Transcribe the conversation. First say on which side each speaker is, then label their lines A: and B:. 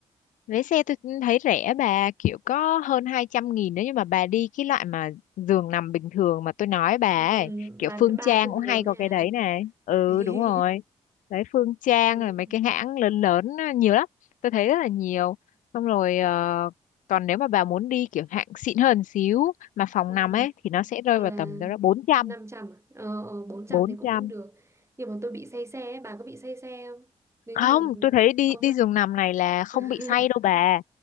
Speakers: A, on the left (about 80°); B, on the right (about 20°).
A: vé xe tôi thấy rẻ bà kiểu có hơn hai trăm nghìn nữa nhưng mà bà đi cái loại mà giường nằm bình thường mà tôi nói bà
B: Ừ,
A: ấy.
B: là
A: kiểu Phương
B: cái ba
A: Trang
B: cái
A: cũng
B: giường
A: hay
B: ấy
A: có
B: hả?
A: cái đấy này ừ
B: <laughs>
A: đúng rồi đấy Phương Trang
B: cái
A: rồi mấy cái hãng lớn lớn á, nhiều lắm tôi thấy rất là nhiều xong rồi ờ, còn nếu mà bà muốn đi kiểu hạng xịn hơn xíu mà phòng
B: ừ,
A: nằm ấy thì nó sẽ rơi
B: thì
A: vào
B: là
A: tầm đâu đó bốn trăm.
B: 500 à? Ờ, ờ, 400
A: bốn
B: thì cũng
A: trăm
B: vẫn được. Nhưng mà tôi bị say xe ấy, bà có bị say xe không? Nếu
A: không
B: như
A: tôi thấy đi
B: không
A: đi
B: á.
A: giường nằm này là không
B: <laughs>
A: bị say đâu bà